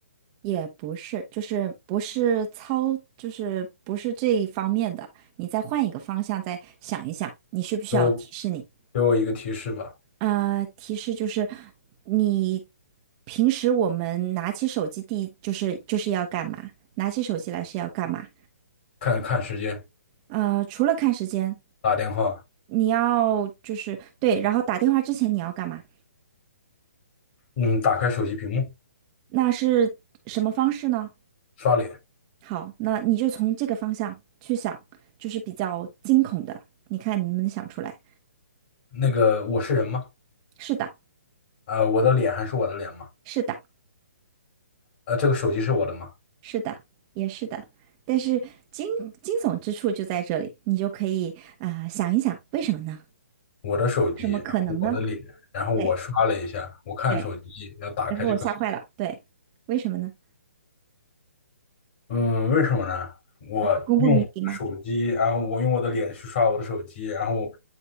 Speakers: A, on the right (about 25°); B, on the left (about 40°).
A: 也不是，就是不是操，就是不是这一方面的。你再换一个方向再想一想，你需不需要我提示你？
B: 给我给我一个提示吧，
A: 啊、呃提示就是你平时我们拿起手机第一就是就是要干嘛？拿起手机来是要干嘛？
B: 看看时间，
A: 呃，除了看时间，
B: 打电话，
A: 你要就是对，然后打电话之前你要干嘛？
B: 嗯，打开手机屏幕，
A: 那是什么方式呢？
B: 刷脸，
A: 好，那你就从这个方向去想，就是比较惊恐的，你看你能不能想出来？
B: 那个我是人吗？
A: 是的，
B: 呃，我的脸还是我的脸吗？
A: 是的，
B: 呃，这个手机是我的吗？
A: 是的，也是的。但是惊惊悚之处就在这里，你就可以啊、呃想一想，为什么呢？
B: 我的手机，
A: 什么可能呢？
B: 然后我的脸，然后我刷了一下，
A: 对
B: 我看手机要打开这个锁
A: 对，然后我吓坏了，对，为什么呢？
B: 嗯，为什么呢？我用手机，
A: 要公布谜底吗？
B: 然后我用我的脸去刷我的手机，然后